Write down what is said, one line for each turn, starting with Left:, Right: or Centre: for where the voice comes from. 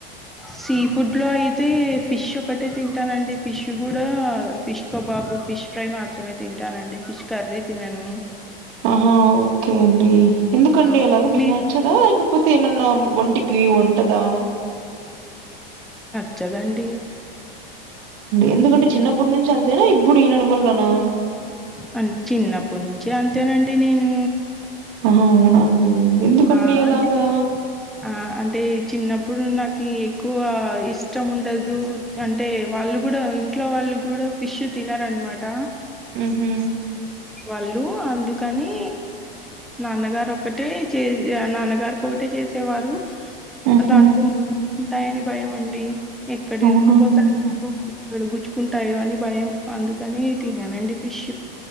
Centre: సీ ఫుడ్ లో అయితే ఫిష్ ఒకటే తింటానండి ఫిష్ కూడా ఫిష్ కబాబ్ బు ఫిష్ ఫ్రై మాత్రమే తింటానండి ఫిష్ కర్రీ తినను
Right: ఆహా ఓకే అండి ఎందుకండి
Centre: ఆ,
Right: అలాగ మీకు
Centre: మీ
Right: నచ్చదా లేకపోతే ఏమన్నా ఒంటికి ఒంటదా
Centre: చ్చదు అండి
Right: ఎందుకండి చిన్నప్పటి నుంచి అంతేనా ఇప్పుడు ఈడనాడమలనా
Centre: అ చిన్నప్పటి నుంచి అంతేనండి నేను
Right: ఆహా అవునా అండి ఎందుకండి
Centre: ఆ!
Right: అలాగా
Centre: అంటే ఆ అంటే చిన్నప్పుడు నాకు ఎక్కువ ఇష్టం ఉండదు అంటే వాళ్ళు కూడా ఇంట్లో వాళ్ళు కూడా ఫిష్ తినారు అనమాట
Right: ఉహు
Centre: వాళ్ళు అందుకని నాన్నగారు ఒక్కటే చే మా నాన్నగారు ఒకటే చేసేవారు
Right: ఆహా
Centre: దాంట్లో ముల్లులు ఉంటాయని భయం అండి ఎక్కడ
Right: అవునండి
Centre: ఇరుక్కుపోతాయో ఏక్కడ గుచ్చుకుంటాయో అని భయం అందుకని తిననండి ఫిష్